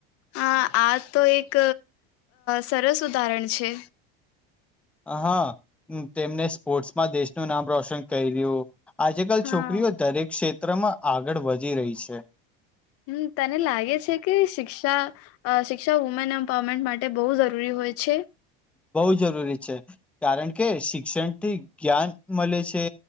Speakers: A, on the left; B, in the centre.
A: હા, આ તો એક સરસ ઉદાહરણ છે,
B: હા, તેમને સ્પોર્ટ્સમાં દેશનું નામ રોશન કર્યું, આજે કલ
A: હા
B: છોકરીઓ દરેક ક્ષેત્રમાં આગળ વધી રહી છે,
A: હમ્મ તને લાગે છે કે શિક્ષા અ શિક્ષા વુમેન એમ્પાવરમેન્ટ માટે બહુ જરૂરી હોય છે,
B: બહુ જરૂરી છે, કારણ કે શિક્ષણ થી જ્ઞાન મળે છે,